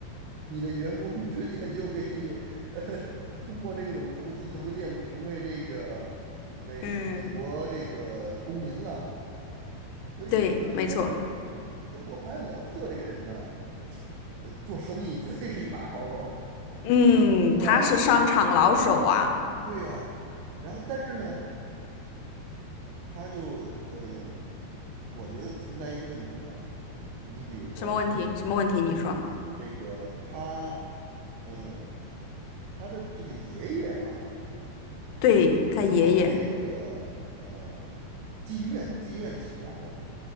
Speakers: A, on the right; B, on the left.
A: 你的员工 <laughs> 直接就可以，<laughs> 呃，通过这种投资途径成为这个美美国这个公民了
B: <laughs> 嗯，
A: 所以呢，
B: 对，没错，
A: 就是，哎，我发现老特这个人呢，呃，做生意绝对是一把好手
B: 嗯，
A: 是吧？
B: 他是商场老手啊，
A: 对呀，然后但是呢，他就嗯，我觉得存在一个问题啊，你比如说
B: 什么问题？什么问题？你说，
A: 这个他，嗯，他的这个爷爷啊，是做这个呃妓院妓院起家的，
B: 对，他爷爷，